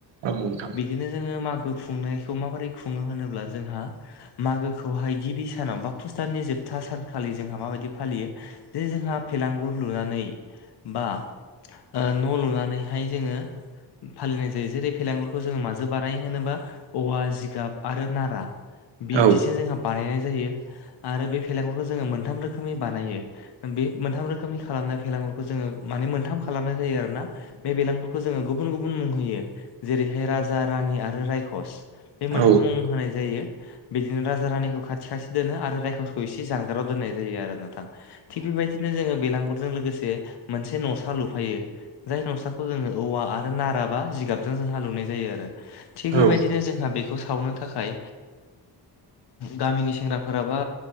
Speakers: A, on the right; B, on the left.
A: औ नोंथां।
B: बिदिनो जोङो मागो खुंनायखौ माबोरै खुङो होनोब्ला जोंहा मागोखौहाय गिबि सानाव बा पुष दाननि जोबथा सानखालि जोंहा माबायदि फालियो जे जोंहा फेलांगुर लुनानै बा ओ न' लुनानैहाय जोङो फालिनाय जायो जेरै फेलागुर खौ जोङो माजों बानाय होनोबा औवा जिगाब आरो नारा बिबदिसो
A: औ
B: जोंहा बानायनाय जायो आरो बे फेेलागुरखौ जोङो मोनथाम रोखोमनि बानायो। बे मोनथाम रोखोमनि खालामनाय फेलांगुरखौ जोङो माने मोनथाम खालामनाय जायो आरो ना। बे बेलांगुरखौ जोङो गुबुन गुबुन मुं होयो जेरै बे राजा रानि आरो रायखस बे मोनथाम
A: औ
B: मुं होनाय जायो। बिदिनो राजा रानिखौ खाथि खाथि दोनो आरो रायखसखौ इसे जानगाराव दोननाय जायो आरो नोंथां। थिग बेबायदिनो जोङो बेलांगुरजों लोगोसे मोनसे न'सा लुफायो जाय न'साखौ जोङो औवा आरो नाराबा जिगाबजों जोंहा लुनाय जायो आरो थिग
A: औ
B: बेबायदिनो जोंहा बे खौ सावनो थाखाय गामिनि सेंग्राफोरा बा